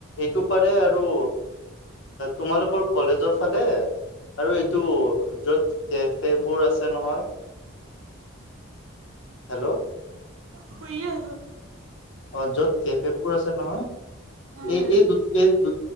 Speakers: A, on the left; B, on the right.
A: এইটো পাৰে আৰু তোমালোকৰ কলেজৰ ফালে আৰু এইটো য'ত কেফেবোৰ আছে নহয়। হেল্ল'
B: শুইয়ে আছোঁ।
A: অ য'ত কেফে বোৰ আছে নহয়
B: উম।
A: এই এই দু এই দু